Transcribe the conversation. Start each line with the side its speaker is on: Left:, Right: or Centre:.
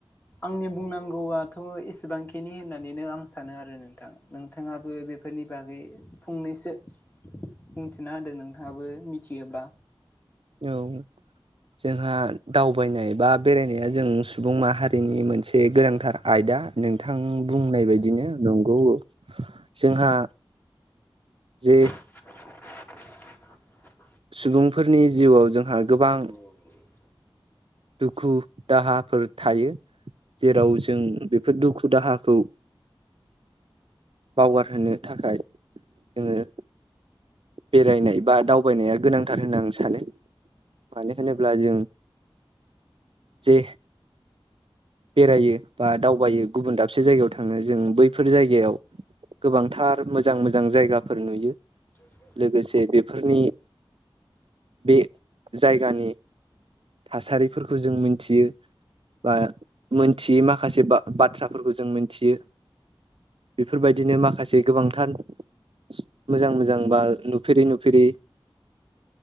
Left: आंनि बुंनांगौआथ' एसेबांखिनि होननानैनो आं सानो आरो नोंथां बिथाङाबो बेफोरनि बागै फंनैसो बुंथिना होदो नों आहाबो मिथियोबा
Right: औ जोंहा दावबायनाय बा बेरायनाया जों सुबुं माहारिनि मोनसे गोनांथार आयदा नोंथां बुंनाय बायदिनो नंगौ जोंहा जे
Left: <inaudible>
Right: सुबुंफोरनि जिउआव जोंहा गोबां
Left: <unintelligible>
Right: दुखु दाहाफोर थायो जेराव जों बेफोर दुखु दाहाखौ बावगारहोनो थाखाय जोङो बेरायनाय बा दावबायनाया गोनांथार होनना आं सानो मानो होनोब्ला जों जे बेरायो बा दावबायो गुबुन दाबसे जायगायाव थाङो जों बैफोर जायगायाव गोबांथार मोजां मोजां जायगाफोर नुयो
Left: <inaudible>
Right: लोगोसे बेफोरनि बे जायगानि थासारिफोरखौ जों मिनथियो बा मिथियै माखासे बाथ्राफोरखौ जों मोनथियो बेफोरबायदिनो माखासे गोबांथार मोजां मोजां जांबा नुफेरि नुफेरि